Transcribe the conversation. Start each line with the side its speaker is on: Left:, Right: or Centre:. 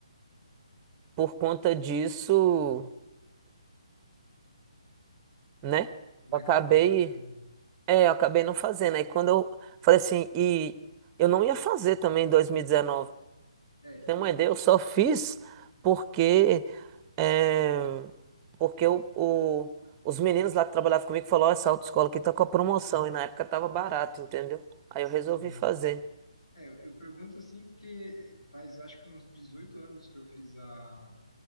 Right: por conta disso, né?
Left: Né,
Right: Eu
Left: acabou
Right: acabei,
Left: não fazendo.
Right: é, eu acabei não fazendo. Aí quando eu falei assim, e eu não ia fazer também em 2019.
Left: É,
Right: Tem
Left: eu,
Right: uma ideia,
Left: eu-
Right: eu só fiz porque é, porque o, o- os meninos lá que trabalhavam comigo falaram, ó, essa autoescola aqui tá com a promoção e na época tava barato, entendeu? Aí
Left: sim,
Right: eu resolvi
Left: sim.
Right: fazer.
Left: É, eu eu pergunto assim porque faz acho que uns 18 anos que eu fiz a,